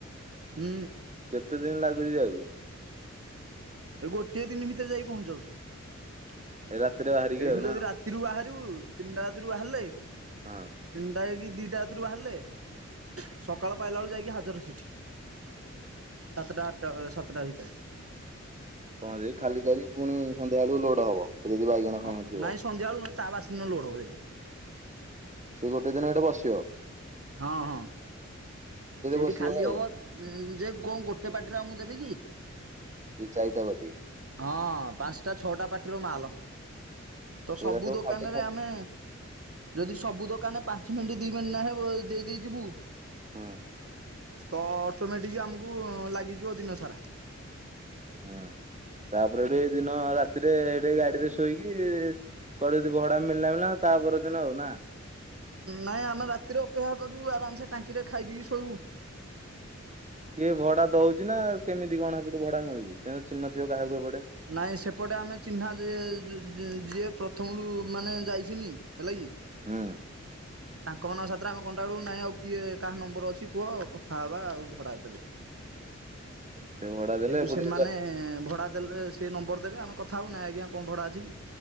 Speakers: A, on the right; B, on the right.
A: ହୁଁ।
B: କେତେ ଦିନ ଲାଗୁଛି ଯିବାକୁ?
A: ଏ ଗୋଟେ ଦିନ ଭିତରେ ଯାଇ ପହଞ୍ଚିଯାଉଛୁ।
B: ଏଇ ରାତିରେ ବାହାରିକି
A: ଏଇଠୁ
B: ଆଉ
A: ଯଦି
B: ନା
A: ରାତିରୁ ବାହାରିବୁ ତିନିଟା ରାତିରୁ ବାହାରିଲେ
B: ହଁ।
A: ତିନିଟା ହେଇକି ଦିଟା ରାତିରୁ ବାହାରିଲେ ସକାଳ ପାଇଲା ବେଳୁ ଯାଇକି ହାଜର ସେଠି। ସାତଟା ଆଠଟା ସାତଟା ଭିତରେ।
B: କଣ ଯାଇ ଖାଲି କରି ପୁଣି ସନ୍ଧ୍ୟା ବେଳକୁ ଲୋଡ ହବ। ଯଦି ବାଇଗଣ ଫାଇଗଣ
A: ହଁ
B: ଥିବ।
A: ନାଇଁ ସନ୍ଧ୍ୟା ବେଳୁ ନଁ ତା ବାସ ଲୋଡ ହବ ଯାଇକି।
B: ସେ ଗୋଟେ ଦିନ ଆଡ଼କୁ ଆସିବ।
A: ହଁ ହଁ। ସେଇଠି
B: ବସିବ
A: ଖାଲି
B: ଆଉ
A: ହବ ଯେ କ ଗୋଟେ ପାର୍ଟିରେ ଆମକୁ ଦେବେ କି?
B: ଚାରିଟା ପାଟି।
A: ହଁ ପାଞ୍ଚଟା ଛଅଟା ପାଟିରୁ ମାଲ। ତ
B: ସେରା
A: ସବୁ ଦୋକାନରେ
B: ଖାଲି ଖାଲି
A: ଆମେ ଯଦି ସବୁ ଦୋକାନ ପାଞ୍ଚ ମିନିଟ୍ ଦି ମିନିଟ୍ ନାଖେ ଦେଇ ଦେଇ ଯିବୁ
B: ହୁଁ
A: ତ ଅଟୋମେଟିକ ଆମକୁ ଲାଗିଯିବ ଦିନ ସାରା।
B: ହୁଁ ତାପରେଠୁ ଏଇ ଦିନ ରାତିରେ ସେଠି ଗାଡିରେ ଶୋଇକି କୁଆଡେ ଯଦି ଭଡା ମିଳିଲା ମିିଳିଲ ତା ପର ଦିନ ହଉ ନା
A: ନାଇଁ ଆମେ ରାତିରେ ଅପେକ୍ଷା କରୁ ଆରାମ ସେ ଟାଙ୍କିରେ ଖାଇଦି ଶୋଇବୁ।
B: କିଏ ଭଡା ଦଉଛି ନା କେମିତି କଣ ସେପଟୁ ଭଡା ମିଳୁଛି ଚିହ୍ନ ଥିବ କାହାକୁ ଏପଟେ।
A: ନାଇଁ ସେପଟେ ଆମେ ଚିହ୍ନା ଯେ ଯିଏ ପ୍ରଥମରୁ ମାନେ ଯାଇସିନି ହେଲା କି।
B: ହଁ।
A: ତାଙ୍କ ମାନଙ୍କ ସାଥିରେ ଆମେ କଣ୍ଟକ୍ଟ ବଳୁ ନାଇଁ ଆଉ କିଏ କାହା ନମ୍ବର ଅଛି କୁହ କଥା ହବା ଆଉ ଭଡା ଦେବେ।
B: ସେ ଭଡା
A: ସେଇଠୁ
B: ଦେଲେ ଏପଟେ
A: ସେମାନେ ଭଡା ଦେଲେ। ସେ ନମ୍ବର ଦେବେ ଆମ କଥା ହବୁ। ନାଇଁ ଆଜ୍ଞା କଣ ଭଡା ଅଛି କି?